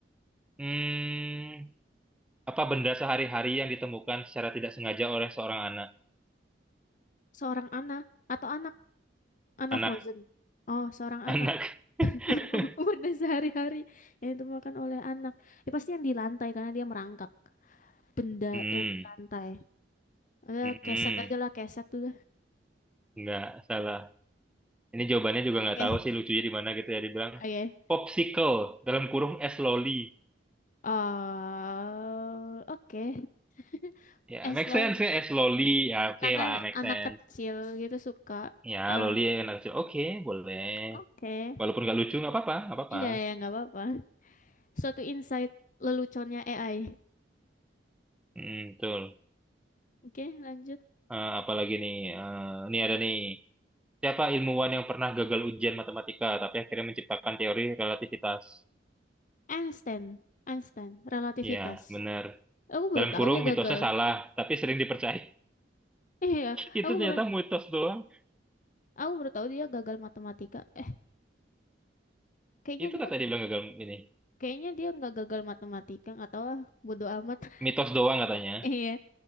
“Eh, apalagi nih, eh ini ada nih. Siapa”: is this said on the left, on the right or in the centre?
Centre